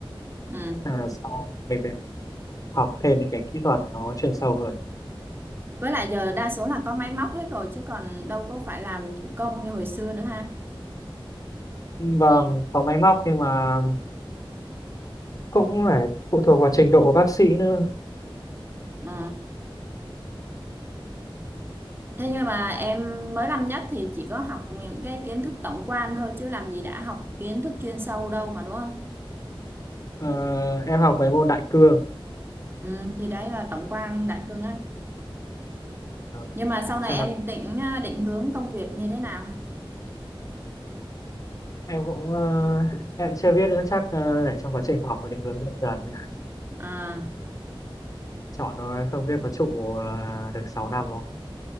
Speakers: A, on the right; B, on the left.
A: ừ
B: à, sau mình phải học thêm những cái kỹ thuật nó chuyên sâu hơn
A: Với lại giờ đa số là có máy móc hết rồi chứ còn đâu có phải làm thủ công như hồi xưa nữa ha.
B: vâng có máy móc nhưng mà cũng phải phụ thuộc vào trình độ của bác sĩ nữa
A: Ừ. Thế nhưng mà em mới năm nhất thì chỉ có học những cái kiến thức tổng quan thôi chứ làm gì đã học kiến thức chuyên sâu đâu mà đúng không?
B: Ờ, em học mấy môn đại cương
A: Ừ, thì đấy là tổng quan đại cương á.
B: Ờ,
A: Nhưng mà sau này
B: Xong
A: em
B: là
A: định định hướng công việc như thế nào?
B: em cũng ờ, em chưa biết nữa chắc ờ, để trong quá trình học và định hướng dần dần
A: À,
B: chọn rồi không biết có trụ ờ, được 6 năm không